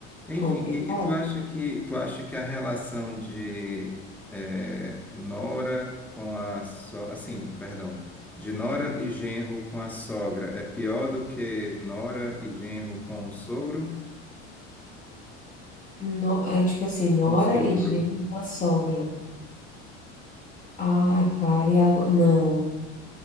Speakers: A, in the centre; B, on the left (about 20°).
A: Enfim,
B: <laughs> complicado.
A: e, e tu acha que tu acha que a relação de eh, Nora com a so, assim, perdão, de Nora e genro com a sogra é pior do que Nora e genro com o sogro?
B: No- é tipo assim, nora
A: Com o sogro.
B: e genro com a sogra. Ai, cara, e agora? Não,